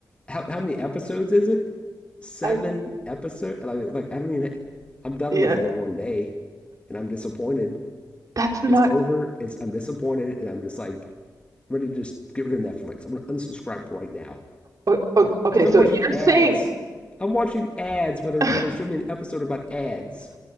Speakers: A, on the left; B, on the right.
A: How how many episodes is it? Seven
B: I
A: episodes. And I like I don't even. I'm done
B: yeah,
A: with it in one day, and I'm disappointed.
B: that's not
A: It's over. It's I'm disappointed, and I'm just like ready to just get rid of Netflix. I'm gonna unsubscribe right now
B: o- o-
A: because
B: okay, so
A: I'm watching
B: you're saying
A: ads. I'm watching ads. Whether
B: <laughs>
A: whether show me an episode about ads,